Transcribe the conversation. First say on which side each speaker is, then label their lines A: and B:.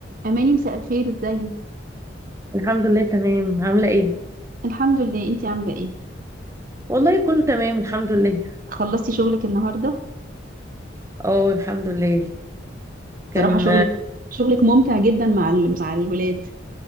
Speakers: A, on the right (about 45°); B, on the right (about 15°).
A: أماني مساء الخير ازيك
B: الحمد لله تمام عاملة ايه
A: الحمد لله انتي عاملة ايه
B: والله كله تمام الحمد لله
A: خلصتي شغلك النهاردة
B: اه الحمد لله كان
A: بصراحة شغلك شغلك ممتع جدا مع ال... مع الولاد